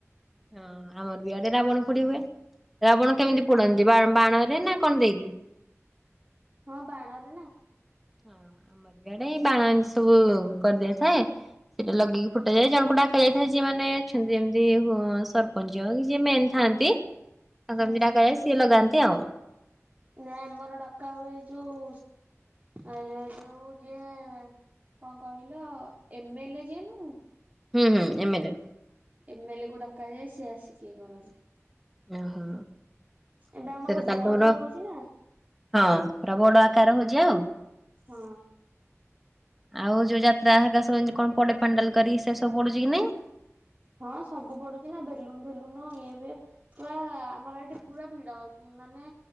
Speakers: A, in the centre; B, on the right (about 30°).
A: ହଁ ଆମର ବି ଆଡେ ରାବଣ ପୋଡି ହୁଏ। ରାବଣ କେମିତି ପୋଡନ୍ତି ବାଣ ରେ ନା କଣ ଦେଇକି?
B: ହଁ ବାଣରେ ନା।
A: <inaudible> ସେଟା ଲଗେଇକି ଫୁଟାଯାଏ ଜଣଙ୍କୁ ଡାକ ଯାଇଥାଏ ଯିଏ ମାନେ ଅଛନ୍ତି ଯେମିତି ସରପଞ୍ଚ କି ଯିଏ ମେନ୍ ଥାଆନ୍ତି ତାଙ୍କର
B: ହୁଁ
A: କିମିତି ଡ଼ାକା ଯାଏ ସିଏ ଲଗାନ୍ତି ଆଉ।
B: ନାଇ ଆମର ଡକା ହୁଏ ଯୋଉ ଆ ଯୋଉ ଯିଏ କଣ କହିଲ ଏମଏଲେ ଯିଏ ନୁହ
A: ହୁଁ ହୁଁ ଏମେଲେ
B: ଏମଏଲେ କୁ ଡକାଯାଏ ସିଏ ଆସି କିଏ କରନ୍ତି।
A: ଓହୋ।
B: ଏଇଟା ଆମର
A: ସେଇଟା ତାହେଲେ
B: ବ୍ଲକରେ
A: ତମର
B: ହଉଛି ନା।
A: ହଁ ପୁରା ବଡ ଆକାର ହଉଛି ଆଉ।
B: ହଁ।
A: ଆଉ ଯୋଉ ଯାତ୍ରା ଆକା ସବୁ କଣ ପଡେ ପାଣ୍ଡାଲ କରିକ ସେ ସବୁ ପଡୁଛି କି ନାଇଁ?
B: ହଁ ସବୁ ପଡୁଛି ନା ବେଲୁନ ଫେଲୁନ ଇଏବେ ପୁରା ଆମର ଏଇଠି ପୁରା ଭିଡ ମାନେ